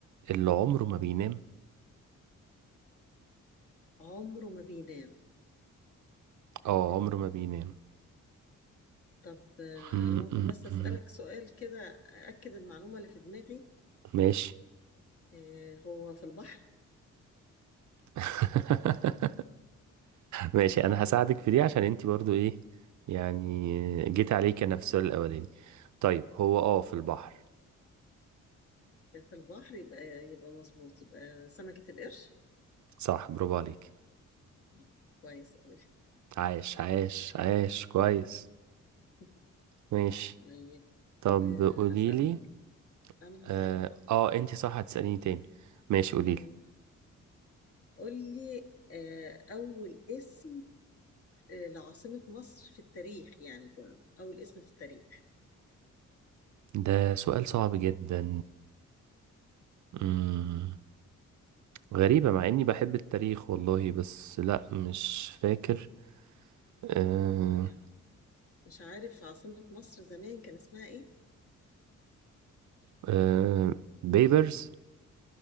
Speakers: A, on the right; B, on the left.
A: اللي عمره ما بينام
B: عمره ما بينام
A: اه
B: آه
A: عمره ما بينام
B: طب آه
A: م-
B: انا ممكن
A: م-
B: بس اسالك
A: م.
B: سؤال كده اكد المعلومه اللي في دماغي
A: ماشي
B: آه هو في البحر
A: <laughs> ماشي انا هساعدك في دي عشان انت برضو ايه يعني جيت عليك انا في السؤال الاولاني طيب هو اه في البحر
B: في البحر يبقى يبقى مظبوط يبقى سمكه القرش
A: صح برافو عليك
B: مم، كويس قوي
A: عاش عاش عاش كويس
B: <laughs>
A: ماشي
B: طيب
A: طب
B: آه
A: قوليلي
B: اسال انا
A: اه,
B: هسالك بقى
A: آه انت صح هتسأليني تاني ماشي قوليلي
B: مم. قول لي آه اول اسم آه، لعاصمة مصر في التاريخ يعني كله أول اسم في التاريخ
A: ده سؤال صعب جدا مم. غريبة مع إني بحب التاريخ والله بس لأ مش فاكر أه
B: اه يعني مش عارف عاصمة مصر زمان كان اسمها ايه
A: أه بيبرز